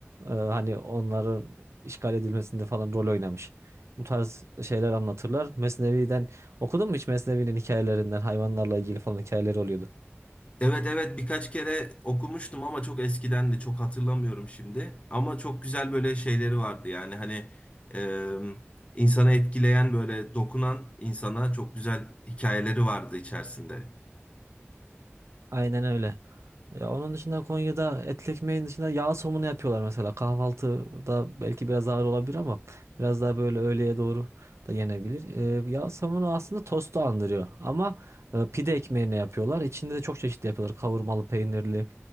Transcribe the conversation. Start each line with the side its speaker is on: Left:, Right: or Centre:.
Right: e, hani onların işgal edilmesinde falan rol oynamış. Bu tarz şeyler anlatırlar. Mesnevi'den okudun mu hiç Mesnevi'nin hikayelerinden hayvanlarla ilgili falan hikayeleri oluyordu.
Left: Evet evet birkaç kere okumuştum ama çok eskidendi. Çok hatırlamıyorum şimdi. Ama çok güzel böyle şeyleri vardı. Yani hani e, insanı etkileyen böyle dokunan insana çok güzel hikayeleri vardı içerisinde.
Right: Aynen öyle. Ya onun dışında Konya'da etli ekmeğin dışında yağ somunu yapıyorlar mesela. Kahvaltıda belki biraz ağır olabilir ama biraz daha böyle öğleye doğru da yenebilir. Ee, yağ somunu aslında tostu andırıyor ama e, pide ekmeğini yapıyorlar. İçinde de çok çeşitli yapıyorlar. Kavurmalı, peynirli